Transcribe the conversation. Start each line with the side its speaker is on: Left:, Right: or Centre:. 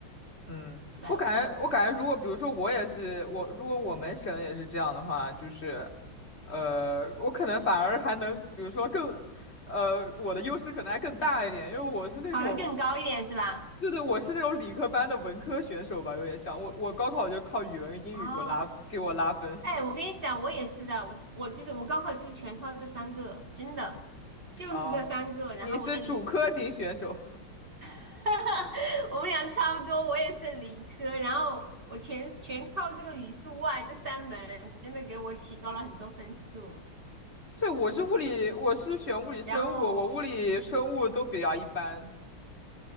Left: 嗯，
Right: 百五，
Left: 我感觉，我感觉，如果比如说我也是我，如果我们省也是这样的话，就是，呃，我可能反而还能，比如说更，呃，我的优势可能还更大一点，因为我是那种，
Right: 考得更高一点是吧？
Left: 对对，我是那种理科班的文科选手吧，有点像我，我高考就靠语文跟英语给我拉给我拉分
Right: 哦，哎，我跟你讲，我也是的，我我就是我高考就是全靠这三个，真的就是这三个。
Left: 啊。
Right: 然后我的理
Left: 你是主科型选手，
Right: <laughs> 哈哈，我们俩差不多，我也是理科，然后我全全靠这个语数外这三门，真的给我提高了很多分数。
Left: 对，我是物理，我是选物理生物，
Right: 然后
Left: 我物理生物都比较一般。